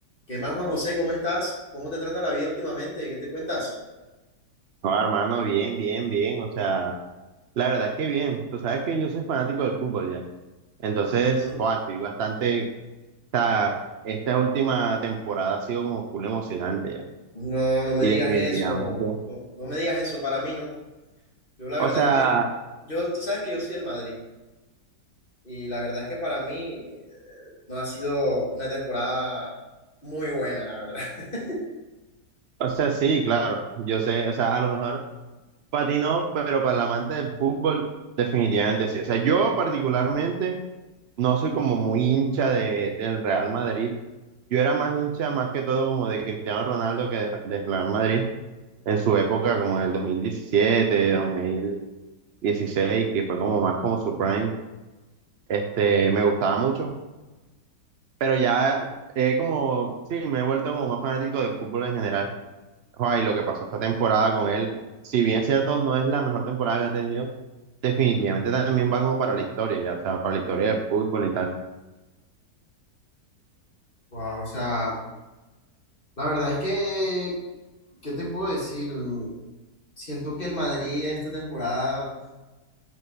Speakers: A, on the left; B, on the right.
A: ¿Qué más, Juan José? ¿Cómo estás? ¿Cómo te trata la vida últimamente? ¿Qué te cuentas?
B: No, hermano, bien, bien, bien. O sea, la verdad es que bien. Tú sabes que yo soy fanático del fútbol ya. Entonces,
A: Ujú.
B: joa, estoy bastante. O sea, esta última temporada ha sido como full emocionante ya.
A: No, no me
B: Y
A: digas
B: definitivamente.
A: eso. No, no me digas eso. Para mí no. Yo la verdad
B: O sea,
A: es que, yo, tú sabes que yo soy el Madrid y la verdad es que para mí eh, no ha sido una temporada muy buena, la verdad. <laughs>
B: o sea, sí, claro. Yo sé, o sea, a lo mejor para ti no, pero para el amante del fútbol, definitivamente sí. O sea, yo particularmente no soy como muy hincha de, del Real Madrid. Yo era más hincha, más que todo, como de Cristiano Ronaldo que de- del Real Madrid. en su época, como en el 2017, 2016, que fue como más como su prime, este, me gustaba mucho, pero ya eh, como, sí, me he vuelto como más fanático del fútbol en general. Joder, y lo que pasó esta temporada con él, si bien es cierto, no es la mejor temporada que ha tenido, definitivamente también va como para la historia, ya, o sea, para la historia del fútbol y tal.
A: Wow, o sea, la verdad es que, ¿qué te puedo decir? Siento que el Madrid esta temporada